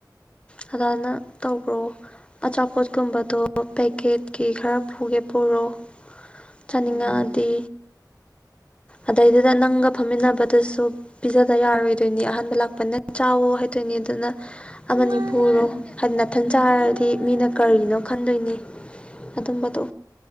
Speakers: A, on the left; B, on the right.
A: ꯐꯖꯅ ꯇꯧꯕ꯭ꯔꯣ? ꯑꯆꯥꯄꯣꯠꯀꯨꯝꯕꯗꯣ ꯄꯦꯀꯦꯠꯀꯤ ꯈꯔ ꯄꯨꯒꯦ ꯄꯨꯔꯣ ꯆꯥꯅꯤꯡꯉꯛꯗꯤ꯫
B: ꯎꯝ
A: ꯑꯗꯩꯗꯨꯗ ꯅꯪꯒ ꯐꯝꯃꯤꯟꯅꯕꯗꯨꯁꯨ ꯄꯤꯖꯗ ꯌꯥꯔꯣꯏꯗꯣꯏꯅꯤ ꯑꯍꯥꯟꯕ ꯂꯥꯛꯄꯅꯤ ꯆꯥꯋꯣ ꯍꯥꯏꯗꯣꯏꯅꯤ ꯑꯗꯨꯅ
B: ꯏꯃꯥꯏ
A: ꯑꯃꯅꯤ ꯄꯨꯔꯣ
B: ꯄꯦꯝꯃ
A: ꯍꯥꯏꯗꯤ ꯅꯥꯊꯟ ꯆꯥꯔꯗꯤ
B: ꯏꯃꯥꯏ
A: ꯃꯤꯅ
B: ꯄꯦꯝꯃ
A: ꯀꯔꯤꯅꯣ ꯈꯟꯗꯣꯏꯅꯤ ꯑꯗꯨꯝꯕꯗꯣ꯫